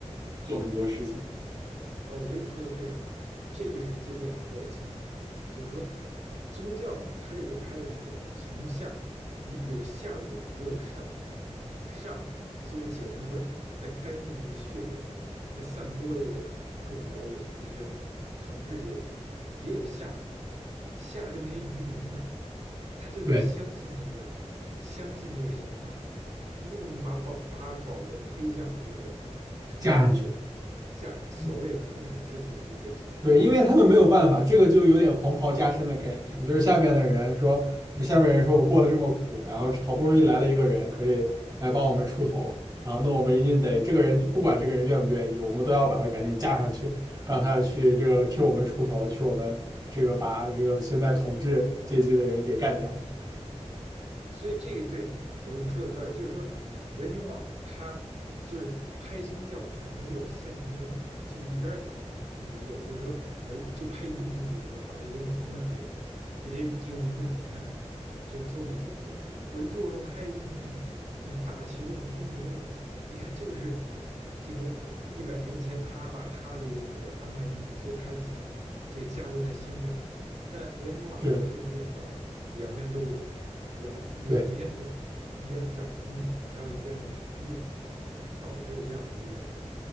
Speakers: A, on the right (about 30°); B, on the right (about 70°).
A: 做很多事情。
B: 啊，我觉得你说的非常关键，这个是这电影比较精彩的一部分，就是说宗教呢，它这里拍的是从下也有下的原因，也有上的原因，上既有姐妹会在干预这个血缘，在散播这个各种谣言，这是统治阶级，也有下下就那些渔民呐、他就在相信那个，
A: 对，
B: 相信这个神话，一步步把保把保罗推向了这个成为这个
A: 架上去。
B: 加所谓的天选之子这个级别。
A: 嗯对，
B: 就是说，
A: 因为他们没有办法，这个就有点黄袍加身的概念，就是下面的人说，就下面人说我过得这么苦，然后好不容易来了一个人可以来帮我们出头，然后那我们一定得这个人不管这个人愿不愿意，我们都要把他赶紧架上去，让他去这个替我们出头，去我们这个把这个现在统治阶级的人给干掉。
B: 所以这个对我你说有道理，就是说维纽瓦他就是拍宗教很容易就陷成这种这种一边倒，你理解吗？就是说我就拍渔民，比如说把这人给轰上去了，就这这个民众你看就多么迂腐，我又要拍成那种那种大旗论、阴谋论，你看就是这个一百年前他把他这个女儿安排进去的，所以他才这个家族才兴盛了但维纽瓦在这部电影告诉你，
A: 是，
B: 两边都有。两两边的一边的掌控欲，
A: 对，
B: 还有一边的迂腐，导致了这样的一个